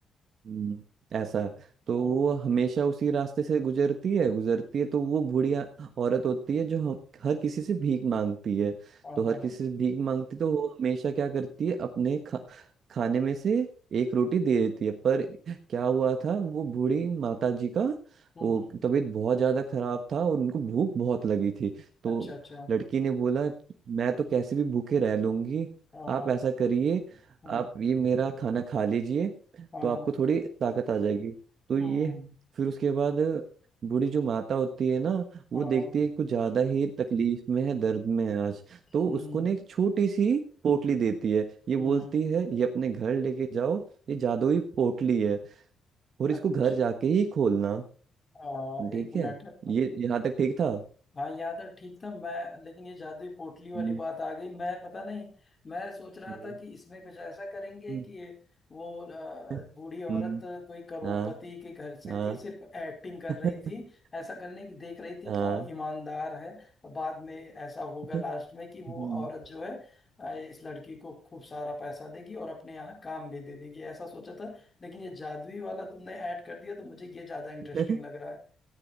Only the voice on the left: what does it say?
हाँ
हाँ
हाँ
हाँ
हम्म
हम्म,
अच्छा अच्छा
हाँ
हाँ
हाँ
हाँ
हाँ
हम्म
हाँ
हाँ
हम्म
हम्म
हम्म
अच्छा
आ,
एक मिनट
आ,
हाँ याद है ठीक था मैं लेकिन ये जादुई पोटली वाली
बात आ गई मैं पता नहीं मैं सोच रहा
था कि इसमें कुछ ऐसा करेंगे
कि ये वो अ,
बूढ़ी औरत
कोई करोड़पति
के घर से
थी सिर्फ एक्टिंग कर रही
थी ऐसा करने की देख रही थी
कौन ईमानदार है बाद में ऐसा होगा
लास्ट में कि वो
औरत जो है अ, इस लड़की को खूब सारा पैसा देगी और अपने यहाँ काम भी दे देगी ऐसा सोचा था लेकिन ये जादुई वाला तुमने ऐड कर दिया तो मुझे ये ज्यादा इंटरेस्टिंग
लग रहा है